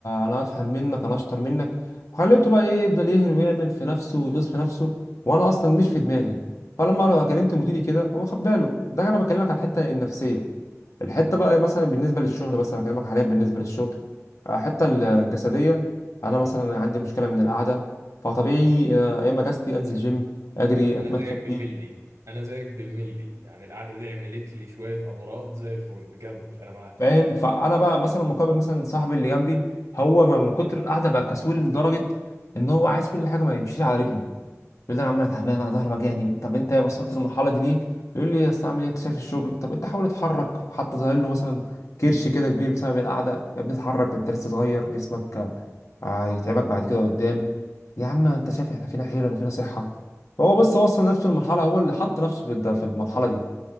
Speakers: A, on the left; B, on the right.
A: انا افهم منك انا اشطر منك خليته بقى ايه يفضل يهر ويعمل في نفسه ويغيظ في نفسه وانا اصلا مش في دماغي فلما انا كلمت مديري كده هو خد باله ده انا بكلمك على الحته النفسيه الحته بقى مثلا بالنسبه للشغل بس انا بكلمك حاليا بالنسبه للشغل آه، الحته الجسديه انا مثلا عندي مشكله من القعده فطبيعي آه، ايام اجازتي انزل جيم اجري
B: انا
A: اتمشى
B: زيك
A: كتير
B: بالملي انا زيك بالملي يعني القعده دي عملت لي شويه امراض زي الفل جمل انا معاك
A: فاهم فانا بقى مثلا مقابل مثلا صاحبي اللي جنبي هو ما من كتر القعده بقى كسول لدرجه ان هو عايز كل حاجه ما يمشيش على رجله يقول لي انا عم انا تعبان انا ظهري وجعني طب انت وصلت
B: اوبس
A: للمرحله دي ليه يقول لي اصل اعمل ايه انت شايف الشغل طب انت حاول اتحرك وحتى ظاهر له مثلا كرش كده كبير بسبب القعده يا ابني اتحرك انت لسه صغير جسمك هيتعبك بعد كده قدام يا عم انت شايف احنا فينا حيل ولا فينا صحه فهو بس وصل نفسه للمرحله هو اللي حط نفسه في الد- في المرحله دي